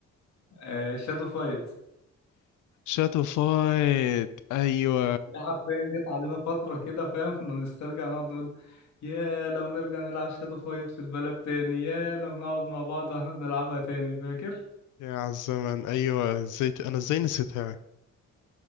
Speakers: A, on the left; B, on the left.
A: آه شادو فايت
B: شاتو فايت ايوه
A: دي حرفيا جت علينا فترة كده فاهم كنا نسترجع نقعد نقول يا لو نرجع نلعب شادو فايت في البلد تاني يا لو نقعد مع بعض واحنا بنلعبها تاني فاكر
B: يا عالزمن ايوه ازاي ت- انا ازاي نسيتها